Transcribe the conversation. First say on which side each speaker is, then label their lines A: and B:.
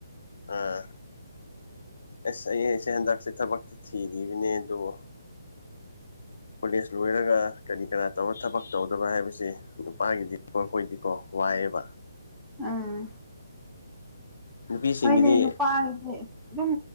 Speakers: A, on the left; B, in the centre.
A: ꯑꯥ ꯑꯁ ꯑꯩ ꯑꯩꯁꯦ ꯍꯟꯗꯛꯁꯦ ꯊꯕꯛꯇꯤ ꯊꯤꯔꯤꯕꯅꯦ ꯑꯗꯕꯨ ꯀꯣꯂꯦꯖ ꯂꯣꯏꯔꯒ ꯀꯔꯤ ꯀꯔꯥ ꯇꯧꯔ ꯊꯕꯛ ꯇꯧꯗꯕ ꯍꯥꯏꯕꯁꯤ ꯅꯨꯄꯥꯒꯤꯗꯤ ꯍꯣꯏ ꯑꯈꫭꯏꯗꯤꯀꯣ ꯋꯥꯏꯑꯦꯕ
B: ꯑꯥ
A: ꯅꯨꯄꯤꯁꯤꯡꯒꯤꯗꯤ
B: ꯍꯣꯏꯅꯦ ꯅꯨꯄꯥꯒꯤꯗꯤ ꯑꯗꯨꯝ